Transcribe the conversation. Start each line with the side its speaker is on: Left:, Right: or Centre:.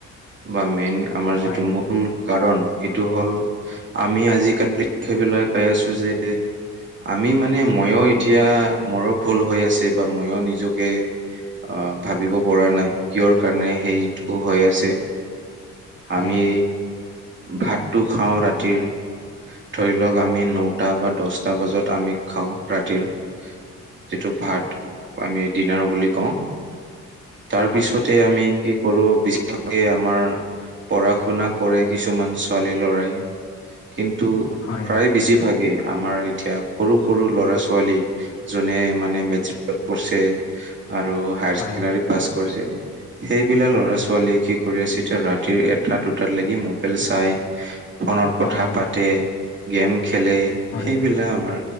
Right: বা মেইন আমাৰ যিটো
Left: হয়
Right: মু মূল কাৰণ সেইটো হল আমি আজি <unintelligible> পাই আছো যে আমি মানে মইও এতিয়া মৰো ভুল হৈ আছি। বা মইও নিজকে অ ভাবিব পৰা নাই কিহৰ কাৰণে সেইটো হৈ আছে।
Left: হয়
Right: আমি ভাতটো খাওঁ ৰাতিৰ। ধৰি লওক আমি নটা বা দছটা বাজত আমি খাওঁ ৰাতিৰ। যিটো ভাত আমি ডিনাৰ বুলি কওঁ। তাৰ পিছত
Left: হয়
Right: তে আমি কি কৰো, বেছিভাগে আমাৰ পঢ়া-শুনা কৰে। কিছুমান ছোৱালী-ল'ৰাই, কিন্তু
Left: হয়
Right: প্ৰায় বেছিভাগেই আমাৰ এতিয়া সৰু সৰু ল'ৰা ছোৱালী যোনে মানে মেট্ৰিক প <unintelligible> কৰছে। আৰু হাইৰচেকেণ্ডাৰী
Left: হয়
Right: পাছ কৰিছে সেইবিলা ল'ৰা ছোৱালীয়ে কি কৰি আছে এতিয়া ৰাতিৰ এটা দুটাত লেগি ম বাইল চাই ফনত কথা
Left: হয়
Right: পাতে, গেম খেলে সেইবিলাক
Left: হয়
Right: আমাৰ